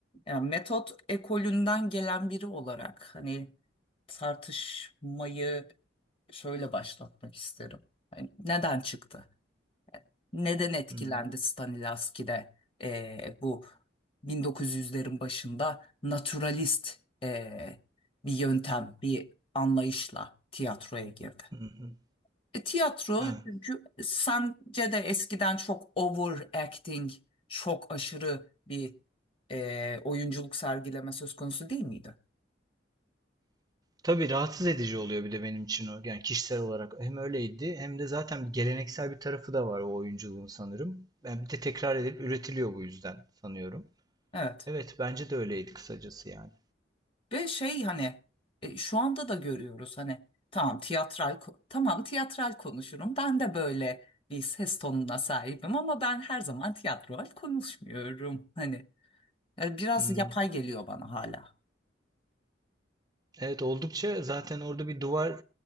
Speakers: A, on the left (about 30°); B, on the right (about 20°).
A: Yani metot ekolünden gelen biri olarak hani tartışmayı şöyle başlatmak isterim. Hani neden çıktı? Neden etkilendi
B: Hımm.
A: Stanislavski'de eee, bu 1900'lerin başında naturalist eee, bir yöntem, bir anlayışla tiyatroya girdi?
B: Hı hı.
A: E, Tiyatro
B: Evet.
A: çünkü sence de eskiden çok overacting, çok aşırı bir e, oyunculuk sergileme söz konusu değil miydi?
B: Tabii rahatsız edici oluyor bir de benim için o. Yani kişisel olarak hem öyleydi hem de zaten bir geleneksel bir tarafı da var o oyunculuğun sanırım. Yani bir de tekrar edilip üretiliyor bu yüzden sanıyorum.
A: Evet.
B: Evet bence de öyleydi kısacası yani.
A: Ve şey hani e, şu anda da görüyoruz hani tamam tiyatral ko- tamam tiyatral konuşurum. Ben de böyle bir ses tonuna sahibim ama ben her zaman tiyatral konuşmuyorum. Hani yani biraz
B: Hı.
A: yapay geliyor bana hala.
B: Evet oldukça zaten orada bir duvar